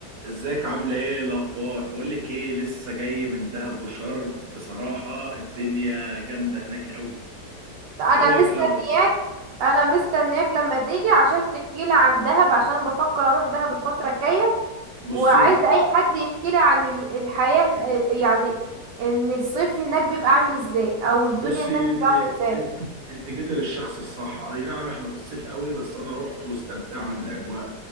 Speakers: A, on the right; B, on the right.
A: ازيك عاملة ايه الأخبار؟ بقولك ايه لسه جاي من دهب وشرم بصراحة الدنيا جامدة هناك قوي
B: انا
A: ايه رأيك
B: مستنياك
A: لو
B: انا مستنياك لما تيجي عشان تحكي لي عن دهب عشان بفكر اروح دهب الفترة الجاية
A: بصي
B: وعايزة اي حد يحكي لي عن ال- الحياة هن- يعني ان الصيف هناك بيبقى عامل ازاي او الدنيا
A: بصي
B: هناك بتبقى
A: انت
B: عاملة ازاي
A: انت انت جيت للشخص الصح اي نعم احنا في الصيف قوي بس انا رحت واستمتعنا بالاجواء